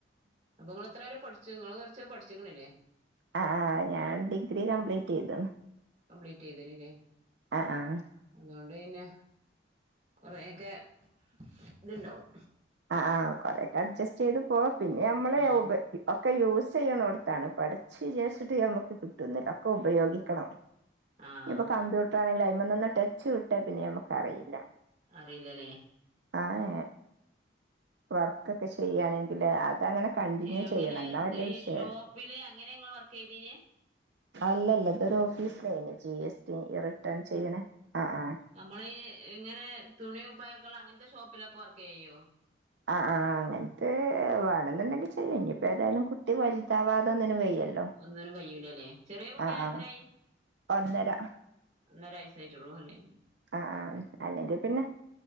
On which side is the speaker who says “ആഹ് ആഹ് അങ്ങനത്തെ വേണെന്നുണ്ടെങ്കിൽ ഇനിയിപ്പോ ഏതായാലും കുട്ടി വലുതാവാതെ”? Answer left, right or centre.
Right